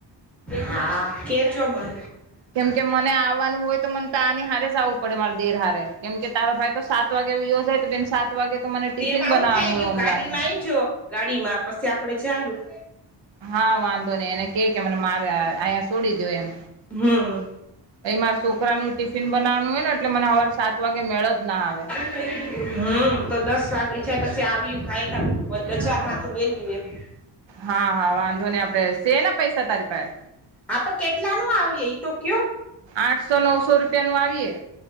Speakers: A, in the centre; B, on the right.
A: હા, કેજો મન.
B: કેમકે મને આવવાનું હોય તો મનતો આની હારેજ આવું પડે મારે દેર હારે, કેમ કે તારો ભાઈ તો સાત વાગે વીયો જાય, તો બેન સાત વાગે તો મને ટિફિન
A: પીએમાં
B: બનાવાનું
A: આવું થઈ
B: હોય
A: ગયું,
B: ઓમલાનું
A: ગાડીમાં આઈજો, ગાડીમાં પછી આપડે જાયું.
B: હા વાંધો નઈ, એને કે કે મને મારે અ અહીંયા સોડી દયો એમ.
A: હમ્મ
B: એ મારે શોકરાનું ટિફિન બનાવાનું હોયને, એટલે મને સવારે સાત વાગે મેળજ ના આવે.
A: હમ્મ, તો દસ વાગે છે, પછી આવય્યું ખાયત વદચા માથું બે પીવે
B: હા હા વાંધો ને આપડે સેલ અપ પૈસા તારી પાહે.
A: આપ કેટલાનું આવીયે એ તો કયો.
B: આઠસો, નવસો રૂપિયા નું આવીયે.